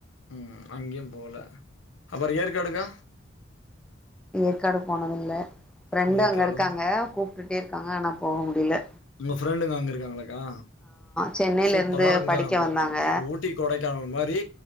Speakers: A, on the left; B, in the centre.
A: ம் அங்கயும் போல அப்றோ ஏற்காடுக்கா
B: ஏற்காடு போனத இல்ல ஃப்ரெண்டும்
A: ஏற்காடும்
B: அங்க இருக்காங்க
A: போ
B: கூப்ட்டுட்டே இருக்காங்க ஆனா போக முடில
A: உங்க ஃப்ரெண்டுங்க அங்கே இருக்காங்களாக்கா
B: சென்னையில
A: சூப்பரா
B: இருந்து
A: இருக்குங்க்கா
B: படிக்க வந்தாங்க
A: ஊட்டி கொடைக்கானல் மாரி